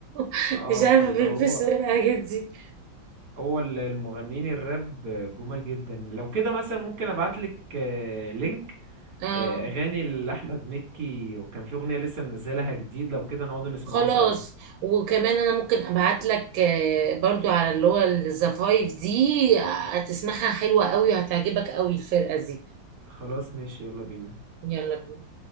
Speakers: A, on the right; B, on the right.
A: <laughs>
B: اه
A: مش عارفة
B: فاللي
A: بيلبسوا
B: هو
A: ايه الحاجات دي
B: هو ال- المغنيين الراب جمال جدا لو كده مثلا ممكن ابعتلك آه، لينك
A: اه
B: آه، اغاني لاحمد مكي وكان في اغنيه لسه منزلها جديد لو كده نقعد نسمعوها
A: خلاص
B: سوا
A: وكمان انا ممكن ابعت لك آه، برضو على اللي هو الزفايف دي آه، هتسمعها حلوة قوي وهتعجبك قوي الفرقة دي
B: خلاص ماشي يلا بينا
A: يلا بينا